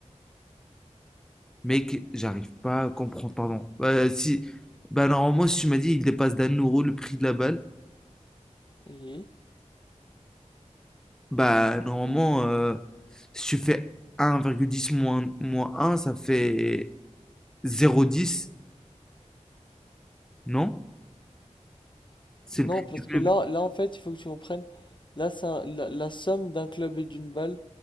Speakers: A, in the centre; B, on the left.
A: mec, j'arrive pas à comprendre, pardon. Bah, si, bah, normalement, si tu m'as dit, il dépasse d'un euro le prix de la balle,
B: oui.
A: Bah, normalement, euh, si tu fais 1,10 moins, moins un ça fait 0,10, non? C'est
B: Non,
A: le prix
B: parce
A: du club.
B: que là, là en fait, il faut que tu comprennes. Là, c'est un- la, la somme d'un club et d'une balle,